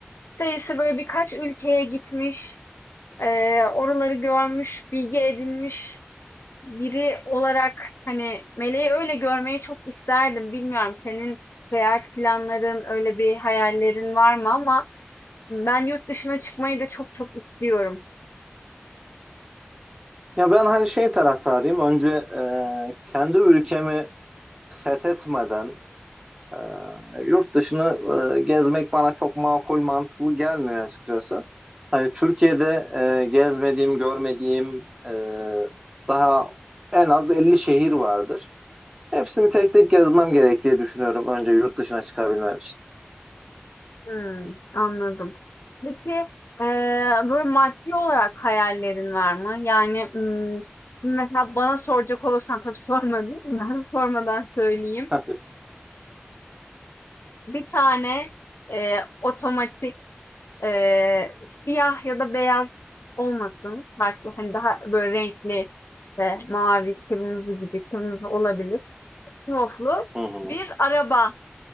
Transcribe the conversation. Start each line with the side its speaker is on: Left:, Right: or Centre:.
Left: sayısı böyle birkaç ülkeye gitmiş, eee, oraları görmüş, bilgi edinmiş biri olarak hani Meleği öyle görmeyi çok isterdim. Bilmiyorum senin seyahat planların, öyle bir hayallerin var mı ama ben yurt dışına çıkmayı da çok çok istiyorum.
Right: Ya ben hani şey taraftarıyım. Önce e, kendi ülkemi fethetmeden, Ee, yurt dışını e, gezmek bana çok makul, mantıklı gelmiyor açıkçası. Hani Türkiye'de e, gezmediğim, görmediğim e, daha en az 50 şehir vardır. Hepsini tek tek gezmem gerek diye düşünüyorum önce yurt dışına çıkabilmem için.
Left: Hmm, anladım. Peki eee, böyle maddi olarak hayallerin var mı? Yani hmm, şimdi mesela bana soracak olursan tabii sormadın. <laughs> Ben sormadan söyleyeyim.
Right: Heh,
Left: bir tane, eee, otomatik, eee, siyah ya da beyaz olmasın. Farklı, hani, daha böyle renkli, işte, mavi, kırmızı gibi, kırmızı olabilir. Sunroof'lu
Right: Hı hı.
Left: bir araba